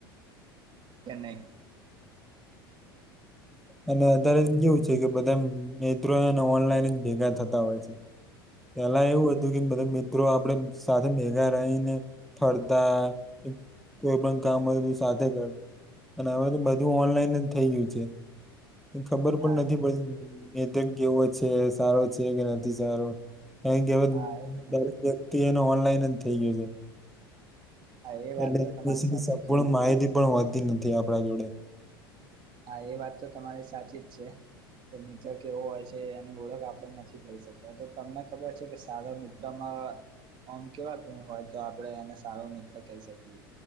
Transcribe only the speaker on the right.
ચેન્નાઈ.
હા
હા એજ ને
હા એ
વાત
તો તમારી સાચી
છે
હા એ વાત તો તમારી સાચી જ છે. કે મિત્ર કેવો હોય છે એની ઓળખ આપણે નથી કરી શકતા તો તમને ખબર છે કે સારા મિત્રમાં અ અમ કેવા ગુણ હોય તો આપણે એને સારો મિત્ર કહી શકીએ?